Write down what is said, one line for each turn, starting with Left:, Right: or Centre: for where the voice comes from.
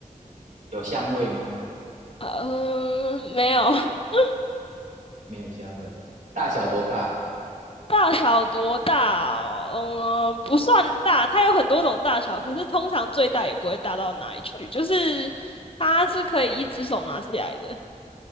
Right: 有香味吗？
Left: 呃，没有。<laughs>
Right: 没有香味。大小多大？
Left: 大小多大哦？呃，不算大，它有很多种大小，可是通常最大也不会大到哪里去，就是它是可以一只手拿起来的。